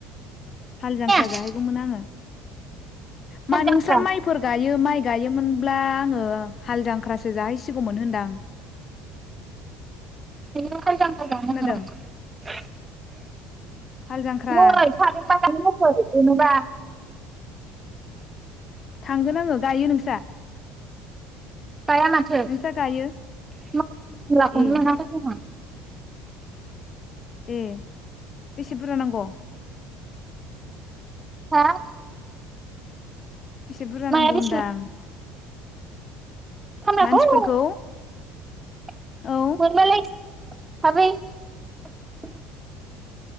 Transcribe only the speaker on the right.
खाल
जांख्रा
बेखौ हाय
<unintelligible>
नै थारें <inaudible>
गाया माथो
खामला खौनो
मोनाखै जोंहा।
हा?
माया
बेसे
<inaudible>
<inaudible>